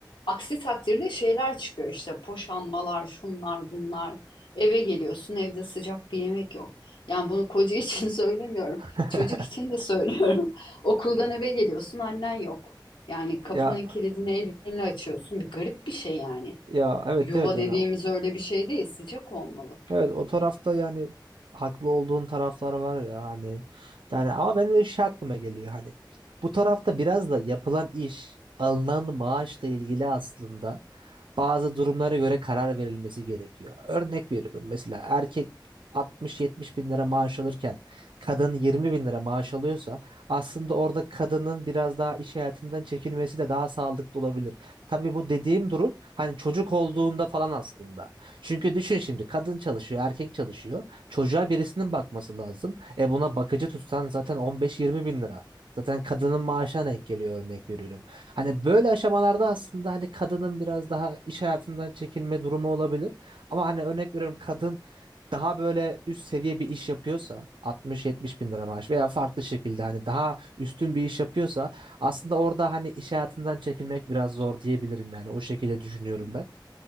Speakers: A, on the left (about 75°); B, on the right (about 80°).
A: Aksi takdirde şeyler çıkıyor işte poşanmalar, şunlar, bunlar. Eve geliyorsun, evde sıcak bir yemek yok. Yani bunu koca için <laughs> söylemiyorum.
B: <laughs>
A: Çocuk için de söylüyorum. <laughs> Okuldan eve geliyorsun, annen yok. Yani kapının
B: Ya
A: kilidini elinle açıyorsun. Bir garip bir şey yani.
B: ya evet
A: Yuva
B: evet yani
A: dediğimiz öyle bir şey değil. Sıcak olmalı.
B: evet o tarafta yani haklı olduğun taraflar var ya hani yani ama benim de şey aklıma geliyor hani bu tarafta biraz da yapılan iş alınan maaşla ilgili aslında bazı durumlara göre karar verilmesi gerekiyor. Örnek veriyorum mesela erkek 60-70 bin lira maaş alırken kadın 20 bin lira maaş alıyorsa aslında orada kadının biraz daha iş hayatından çekilmesi de daha sağlıklı olabilir. Tabii bu dediğim durum hani çocuk olduğunda falan aslında. Çünkü düşün şimdi kadın çalışıyor, erkek çalışıyor. Çocuğa birisinin bakması lazım. E buna bakıcı tutsan zaten 15-20 bin lira. Zaten kadının maaşına denk geliyor örnek veriyorum. Hani böyle aşamalarda aslında hani kadının biraz daha iş hayatından çekilme durumu olabilir. Ama hani örnek veriyorum kadın daha böyle üst seviye bir iş yapıyorsa 60-70 bin lira maaş veya farklı şekilde hani daha üstün bir iş yapıyorsa aslında orada hani iş hayatından çekilmek biraz zor diyebilirim yani o şekilde düşünüyorum ben.